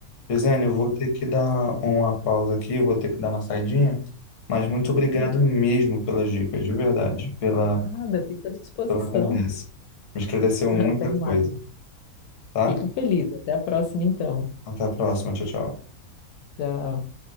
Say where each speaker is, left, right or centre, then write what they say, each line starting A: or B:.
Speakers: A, on the left; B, on the left.
A: Gisele, eu vou ter que dar uma pausa aqui, eu vou ter que dar uma saidinha, mas muito
B: Tranquilo.
A: obrigado mesmo pelas dicas, de verdade, pela,
B: Nada, eu fico à disposição.
A: pela conversa. Me esclareceu muita
B: <laughs> Até mais.
A: coisa, tá?
B: Fico feliz. Até a próxima, então.
A: Até a próxima, tchau, tchau.
B: Tchau.